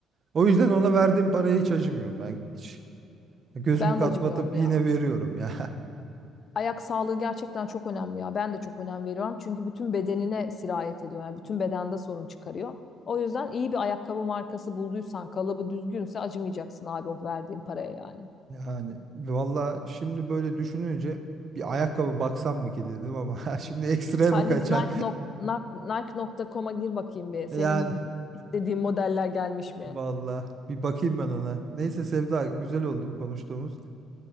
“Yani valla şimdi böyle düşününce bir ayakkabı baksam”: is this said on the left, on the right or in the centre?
Right